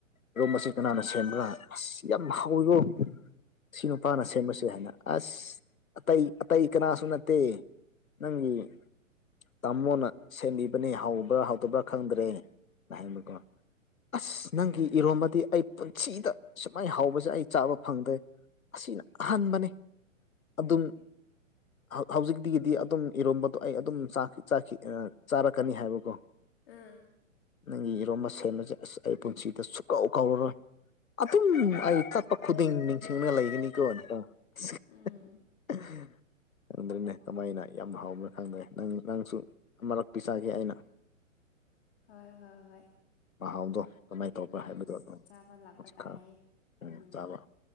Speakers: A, on the left (about 80°); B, on the left (about 50°).
A: ꯏꯔꯣꯝꯕꯁꯦ ꯀꯅꯥꯅ ꯁꯦꯝꯕꯔꯥ ꯑꯁ ꯌꯥꯝ ꯍꯥꯎꯋꯤꯀꯣ ꯁꯤ ꯅꯨꯄꯥꯅ ꯁꯦꯝꯕꯁꯦ ꯍꯥꯏꯅ ꯑꯁ ꯑꯇꯩ ꯑꯇꯩ ꯀꯅꯥꯁꯨ ꯅꯠꯇꯦ ꯅꯪꯒꯤ ꯇꯥꯃꯣꯅ ꯁꯦꯝꯕꯤꯕꯅꯦ ꯍꯥꯎꯕ꯭ꯔꯥ ꯍꯥꯎꯇꯕ꯭ꯔꯥ ꯈꯪꯗ꯭ꯔꯦꯅ ꯍꯥꯏꯕꯀꯣ ꯑꯁ ꯅꯪꯒꯤ ꯏꯔꯣꯝꯕꯗꯤ ꯑꯩ ꯄꯨꯟꯁꯤꯗ ꯁꯨꯃꯥꯏ ꯍꯥꯎꯕꯁꯦ ꯑꯩ ꯆꯥꯕ ꯐꯪꯗꯦ ꯑꯁꯤꯅ ꯑꯍꯟꯥꯕꯅꯦ ꯑꯗꯨꯝ
B: <inaudible>
A: ꯍꯥꯎ ꯍꯧꯖꯤꯛꯗꯤꯒꯤꯗꯤ ꯑꯗꯨꯝ ꯏꯔꯣꯝꯕꯗꯣ ꯑꯩ ꯑꯗꯨꯝ ꯆꯥ ꯆꯥꯈꯤ ꯑꯥ ꯆꯥꯔꯛꯀꯅꯤ ꯍꯥꯏꯕꯀꯣ
B: ꯎꯝ
A: ꯅꯪꯒꯤ ꯏꯔꯣꯝꯕ ꯁꯦꯝꯕꯁꯦ ꯑꯁ ꯑꯩ ꯄꯨꯟꯁꯤꯗ ꯁꯨ ꯀꯧ ꯀꯧꯔꯔꯣꯏ ꯑꯗꯨꯝ ꯑꯩ ꯆꯠꯄ ꯈꯨꯗꯤꯡ ꯅꯤꯡꯁꯤꯡꯔꯒ ꯂꯩꯒꯅꯤꯀꯣ <unintelligible>
B: ꯎꯝ
A: ꯈꯪꯗ꯭ꯔꯦꯅꯦ ꯀꯃꯥꯏꯅ ꯌꯥꯝ ꯍꯥꯎꯕꯔꯣ ꯈꯪꯗꯦ ꯅꯪ ꯅꯪꯁꯨ ꯑꯃꯔꯛ ꯄꯤꯖꯒꯦ ꯑꯩꯅ
B: ꯍꯣꯏ ꯍꯣꯏ ꯍꯣꯏ
A: ꯃꯍꯥꯎꯗꯣ ꯀꯃꯥꯏꯅ ꯇꯧꯕ꯭ꯔꯥ
B: ꯎꯝ
A: ꯍꯥꯏꯕꯗꯣ ꯑꯥ
B: ꯆꯥꯕ ꯂꯥꯛꯄ
A: ꯑꯆ
B: ꯇꯥꯔꯦ
A: ꯈꯥ ꯑꯪ
B: ꯎꯝ
A: ꯆꯥꯕ